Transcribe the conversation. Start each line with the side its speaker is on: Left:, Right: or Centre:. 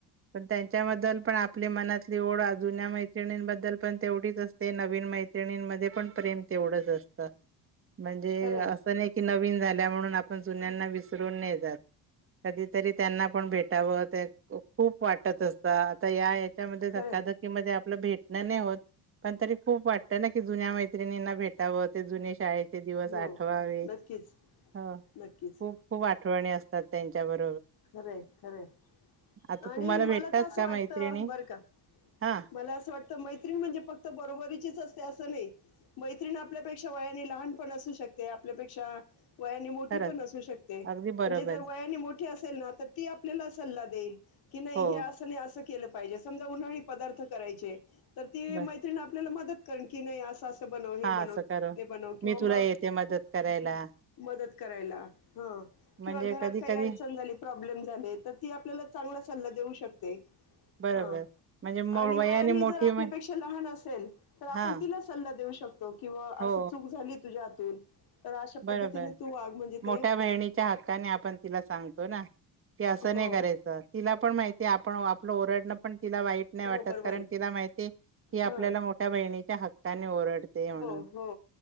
Right: पण त्यांच्याबद्दल पण आपल्या मनात ओढ जुन्या मैत्रिणींबद्दल पण तेवढीच असते नवीन मैत्रिणींमध्ये पण प्रेम तेवढंच अस त म्हणजे
Left: खरे
Right: असं नाही की नवीन झाल्या म्हणून आपण जुन्यांना विसरून नाही जात. कधीतरी त्यांना पण भेटावं ते त्या खूप वाटत असत आता या ह्यच्यामध
Left: खरे
Right: धाकादक्तीमध्ये आप भेटणं नाही होत पण तरी खूप वाटत ना की जुन्या मैत्रिणींना भेटावं ते जुने शाळेे दिवस
Left: हो
Right: आठवावे
Left: नक्कीच
Right: हो
Left: नक्कीच
Right: खूप खूप आठवणी असतात त्यांच्याबर
Left: खरंय खरंय
Right: आता
Left: आणि
Right: तुम्हाला
Left: मला
Right: भेटतात
Left: तरं अस
Right: का
Left: वाटतं
Right: मैत्रिणी
Left: बरं का
Right: हा
Left: मला असं वाटत मैञिण म्हणजे फक्त बरोबरीची असते अस नाही मैञिण आपल्यापेक्षा वयाने लहान पण असू शकते आपल्यापेक्षा वयाने मोठी
Right: खरंच
Left: पण असू शकते
Right: अगदी बरोबर.
Left: म्हणजे जर वयाने मोठी असेल ना तर ती आपल्याला सल्ला देईल. कि नाही
Right: हो,
Left: हे असं नाही असं केलं पाहिजे समजा उन्हाळी पदार्थ करायचे तर ती
Right: बर
Left: मैत्रिण आपल्याला मदत करन की नाही असं बन हे
Right: हां
Left: बनव
Right: असं करू.
Left: ते बनव किंवा
Right: मी
Left: मग
Right: तुला येते मदत करायला.
Left: अ हा. मदत करायला ह
Right: म्हणजे
Left: किंवा घरात
Right: कधी-कधी
Left: काही अडचण झाली प्रॉब्लेम्स झाले तर ती आपल्याला चांगला सल्ला देऊ शकते.
Right: बरोबर.
Left: हां
Right: म्हणजे मो
Left: आणि वयाने
Right: मोठी
Left: जर आपल्यापेक्षा
Right: म
Left: लहान असेल तर आपण
Right: हां,
Left: तिला सल्ला देऊ शक तो किंवा
Right: हो
Left: असं चूक झाली तुझ्या हातून तर अशा
Right: बरोबर
Left: पद्धतीने तू वाघ म्हणजे ते
Right: मोठ्या बहिणीच्या हक्काने आपण तिला सांगतो ना. की असं
Left: हो
Right: नाही करायचं तिला पण माहितीय आपण आपलं ओरडणं पण तिला वाईट नाही
Left: हो
Right: वाटत
Left: बरोबर
Right: कारण
Left: आहे
Right: तिला माहितीये की आपल्याला
Left: हां
Right: मोठ्या बहिणीच्या हक्काने ओरडतेय म्हणून.
Left: हो.